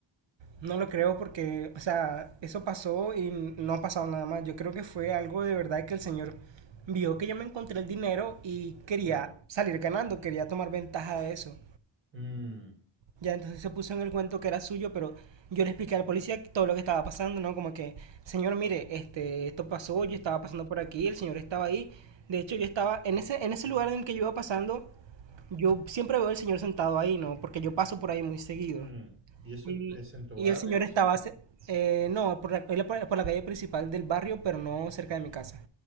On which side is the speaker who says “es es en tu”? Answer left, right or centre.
Right